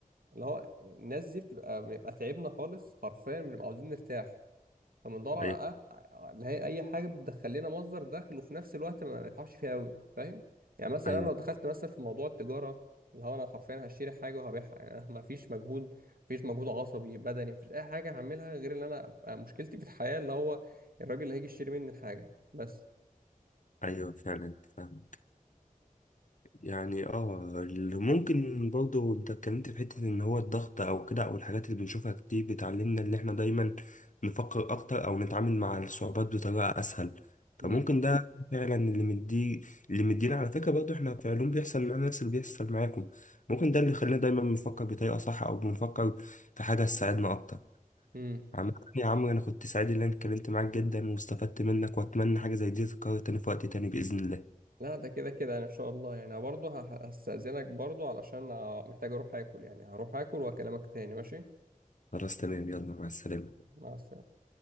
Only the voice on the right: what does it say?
اللي هو الناس دي بتبقى بنبقى تعبنا خالص حرفيا بنبقى عاوزين نرتاح فبندور على
أ- اللي هي اي حاجه بتدخل لنا مصدر دخل وفي نفس الوقت ما نتعبش فيها قوي فاهم يعني مثلا
انا لو دخلت مثلا في موضوع التجاره اللي هو انا حرفيا هشتري حاجه وهبيعها يعني ما فيش مجهود مفيش مجهود عصبي بدني مفيش اي حاجه هعملها غير ان انا أبقى مشكلتي في الحياه اللي هو الراجل اللي هيجي يشتري مني الحاجه بس
امم
امم
لا ده كده كده يعني ان شاء الله يعني برضه هح- هستأذنك برضه علشان محتاج اروح اكل يعني هروح اكل واكلمك تاني ماشي
مع السلامه